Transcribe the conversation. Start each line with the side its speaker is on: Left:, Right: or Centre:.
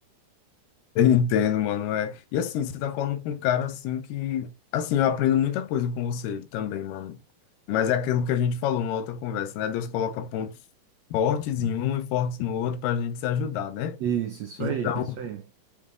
Left: Entendo, mano, é. E assim, você tá falando com um cara assim que, assim, eu aprendo muita coisa com você também, mano. Mas é aquilo que a gente falou na outra conversa, né? Deus coloca pontos fortes em um e fortes no outro pra gente se ajudar, né?
Right: Isso, isso
Left: Então,
Right: aí, isso aí.